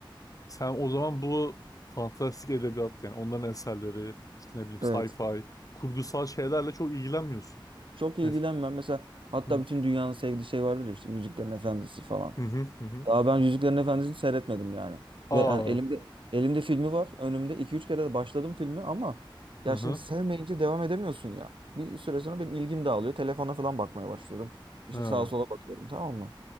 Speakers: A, on the left; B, on the right.
A: Sen o zaman bu fantastik edebiyat yani onların eserleri işte ne bileyim sci-fi
B: Evet.
A: kurgusal şeylerle çok ilgilenmiyorsun.
B: Çok ilgilenmem.
A: Mes
B: Mesela hatta
A: hı
B: bütün dünyanın sevdiği şey vardır ya işte Yüzüklerin Efendisi falan.
A: hı hı hı. hı.
B: Daha ben Yüzüklerin Efendisi'ni seyretmedim yani.
A: Aa
B: Ve yani elimde elimde filmi var. Önümde iki üç kere de başladım filmi ama ya
A: hı hı
B: şimdi sevmeyince devam edemiyorsun ya. Bir süre sonra benim ilgim dağılıyor. Telefona falan bakmaya başlıyorum. İşte
A: ha.
B: sağa sola bakıyorum tamam mı?